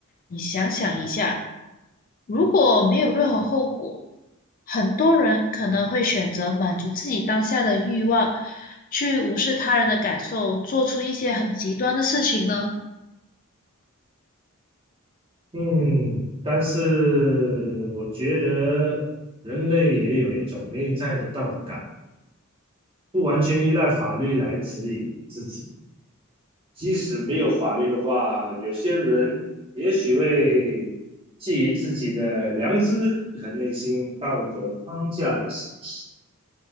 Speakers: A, on the left (about 40°); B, on the right (about 25°).
A: 你想想一下。如果没有任何后果，很多人可能会选择满足自己当下的欲望，去无视他人的感受，做出一些很极端的事情呢。
B: 嗯，但是我觉得人类也有一种内在的道德感。不完全依赖法律来指引自己。即使没有法律的话，有些人也许会基于自己的良知和内心道德框架来行事，